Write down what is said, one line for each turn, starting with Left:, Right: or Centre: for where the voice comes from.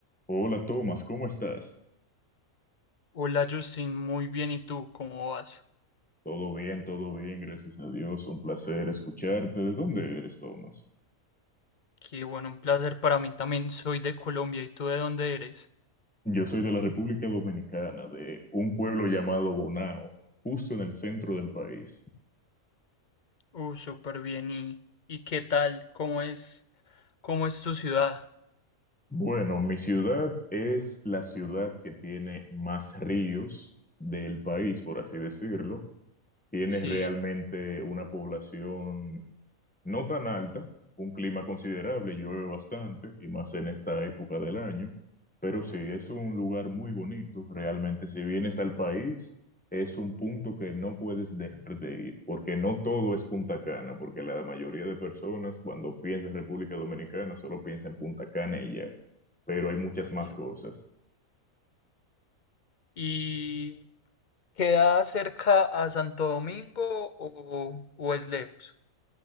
Centre: Hola Tomás, ¿cómo estás?
Left: Hola Justin, muy bien. ¿Y tú cómo vas?
Centre: Todo bien, todo bien, gracias a Dios. Un placer escucharte. ¿De dónde eres, Tomás?
Left: Qué bueno, un placer para mí también. Soy de Colombia. ¿Y tú de dónde eres?
Centre: Yo soy de la República Dominicana, de un pueblo llamado Bonao, justo en el centro del país.
Left: Uh, súper bien. ¿Y, y qué tal? ¿Cómo es, cómo es tu ciudad?
Centre: Bueno, mi ciudad es la ciudad que tiene más ríos del país, por así decirlo. Tiene
Left: Sí,
Centre: realmente una población No tan alta, un clima considerable, llueve bastante y más en esta época del año, pero sí, es un lugar muy bonito. Realmente, si vienes al país, es un punto que no puedes dejar de ir, porque no todo es Punta Cana, porque la mayoría de personas cuando piensa en República Dominicana solo piensa en Punta Cana y ya, pero hay muchas
Left: sí.
Centre: más cosas.
Left: ¿Y queda cerca a Santo Domingo o, o es lejos?